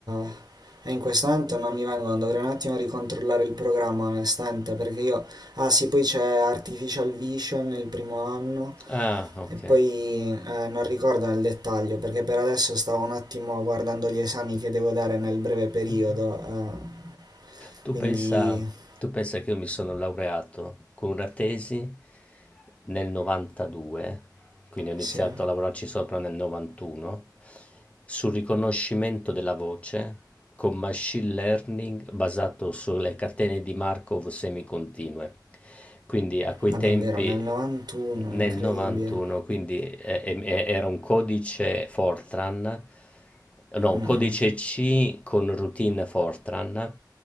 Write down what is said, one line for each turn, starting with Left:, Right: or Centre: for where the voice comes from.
Right: eh, e in questo momento non mi vengono, dovrei un attimo ricontrollare il programma onestamente perché io... Ah sì, poi c'è Artificial Vision il primo anno
Left: Ah, ok.
Right: e poi eh, non ricordo nel dettaglio perché per adesso stavo un attimo guardando gli esami che devo dare nel breve periodo,
Left: Mm-hmm.
Right: eh,
Left: Tu
Right: quindi...
Left: pensa, tu pensa che io mi sono laureato con una tesi nel 92, quindi ho iniziato
Right: Sì,
Left: a lavorarci sopra nel 91, sul riconoscimento della voce con machine learning basato sulle catene di Markov semicontinue. Quindi a quei
Right: ma
Left: tempi
Right: davvero nel 91,
Left: nel
Right: incredibile.
Left: 91, quindi eh, eh, era un codice Fortran, no, un
Right: Mh-mh.
Left: codice C con routine Fortran